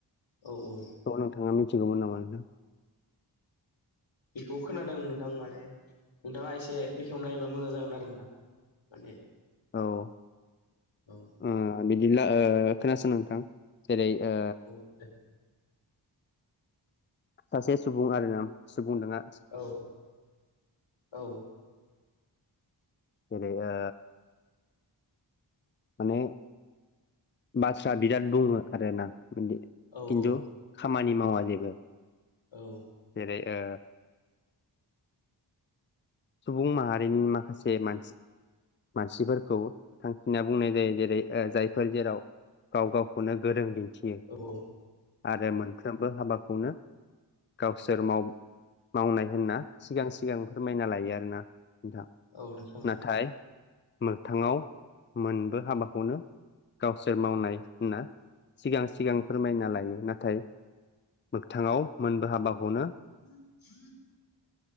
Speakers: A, on the left (about 85°); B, on the left (about 25°).
A: औ औ
B: औ नोंथाङा मिथिगौमोन नामा नोंथां
A: बेखौ खोनादों नोंथां माने नोंथाङा एसे बेखेवना होयोबा मोजां जागोन आरो नोंथां माने
B: औ
A: औ
B: ओ बिदिब्ला खोनासं नोंथां जेरै ओ
A: <unintelligible>
B: सासे सुबुं आरो ना सुबुं- दाङा
A: औ औ
B: जेरै ओ माने बाथ्रा बिराद बुङो आरोना खिन्थु
A: औ
B: खामानि मावा जेबो
A: औ
B: जेरै ओ सुबुं माहारिनि माखासे मानसि मानसिफोरखौ थांखिना बुंनाय जायो जेरै ओ जायफोर जेराव गाव गावखौनो गोरों दिन्थियो
A: औ औ
B: आरो मोनफ्रोमबो हाबाखौनो गावसोर माव मावनाय होनना सिगां सिगां फोरमाय ना लायो आरोना नोंथा
A: औ नोंथां औ
B: नाथाय मोगथाङाव मोनबो हाबाखौनो गावसोर मावनाय होनना सिगां सिगां फोरमायना लायो नाथाय मोगथाङाव मोनबो हाबाखौनो
A: <inaudible>